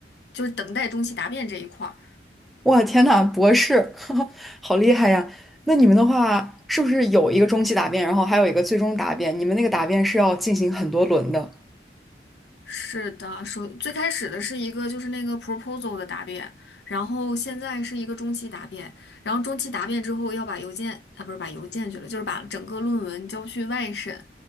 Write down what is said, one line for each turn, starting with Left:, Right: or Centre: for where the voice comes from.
Left: 就是等待中期答辩这一块儿。
Centre: 哇，天呐，博士，<laughs> 好厉害呀！那你们的话，是不是有一个中期答辩，然后还有一个最终答辩？你们那个答辩是要进行很多轮的？
Left: 是的，首最开始的是一个就是那个 proposal 的答辩，然后现在是一个中期答辩，然后中期答辩之后要把邮件啊不是把邮件去了，就是把整个论文交去外审，